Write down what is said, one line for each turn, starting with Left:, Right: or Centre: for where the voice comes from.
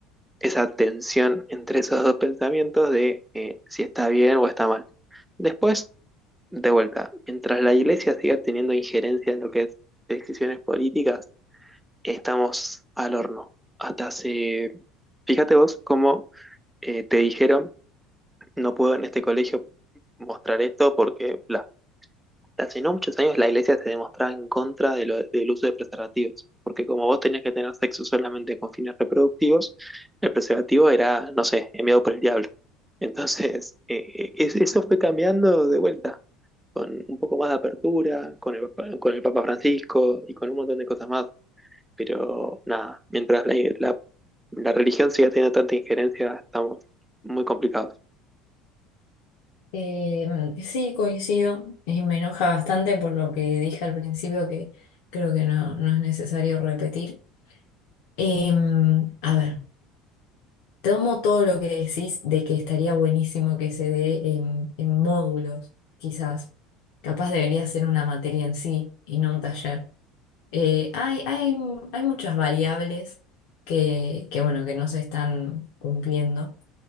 Centre: esa tensión entre esos dos pensamientos de eh, si está bien o está mal. Después, de vuelta, mientras la iglesia siga teniendo injerencia en lo que es decisiones políticas, estamos al horno. Hasta hace, fíjate vos cómo eh, te dijeron, no puedo en este colegio mostrar esto porque bla. Hace no muchos años la iglesia se demostraba en contra de lo- del uso de preservativos, porque como vos tenías que tener sexo solamente con fines reproductivos, el preservativo era, no sé, enviado por el diablo. Entonces, <laughs> eh, eh, es- eso fue cambiando de vuelta, con un poco más de apertura, con el, Papa- con el Papa Francisco y con un montón de cosas más. Pero nada, mientras la, la la religión siga teniendo tanta injerencia, estamos muy complicados.
Left: Eh, sí, coincido y me enoja bastante por lo que dije al principio que creo que no, no es necesario repetir. Em, a ver. Tomo todo lo que decís de que estaría buenísimo que se dé en, en módulos, quizás. Capaz debería ser una materia en sí y no un taller. Eh, hay, hay, hay muchas variables que, que, bueno, que no se están cumpliendo